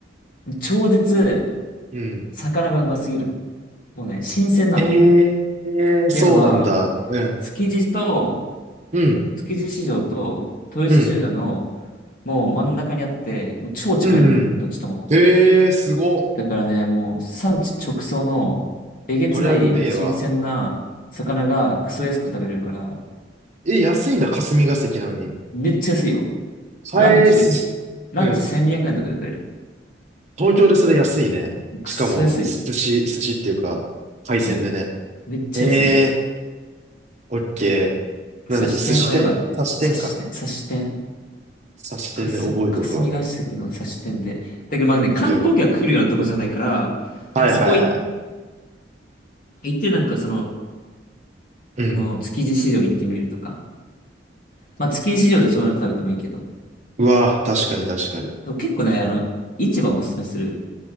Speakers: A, on the left (about 50°); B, on the right (about 40°).
A: 超絶
B: うん。
A: 魚がうますぎるの。もうね、新鮮なの。
B: え
A: っ
B: えそうなんだ。
A: ていうのは、
B: うん、
A: 築地と、
B: うん、
A: 築地市場と豊洲市場の
B: うん、
A: もう真ん中にあって、もう超近いの、
B: うん、うん。
A: どっちとも。
B: ええすご。
A: だからね、もう産地直送のえげつない新鮮な魚がクソ安く食べれるから、
B: そりゃうめえわ。え、安いんだ、霞が関なのに。
A: めっちゃ安いよ。
B: 返す、
A: ランチ、ランチ1200円とかで食える。
B: うん。東京でそれ安いね。
A: クソ安いよ。
B: しかも、寿司、寿司っていうか、海鮮でね。
A: そう。めっちゃ安い。
B: ええー、オッケー。
A: 差し店はやばい。
B: なんだっけ、寿司店刺し店か。
A: 差し店、差し店。
B: 刺し店ね、
A: かす、
B: 覚えとくわ。
A: 霞が関の差し店で。だけどまあね、
B: オッケーオッケ
A: 観光客が来るようなとこじゃないから、なんかそこい
B: ー。はいはいはい。
A: 行ってなんかその、
B: うん。
A: あの、築地市場行ってみるとか。まあ築地市場でそういうの食べてもいいけど。
B: うわぁ、確かに確かに。
A: そう結構ね、あの、市場をおすすめする。